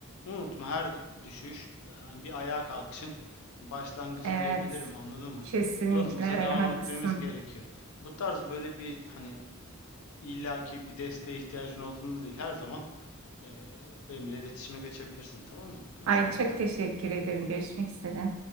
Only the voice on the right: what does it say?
Evet,
kesinlikle
öyle
haklısın.
Ay çok
teşekkür ederim. Görüşmek üzere.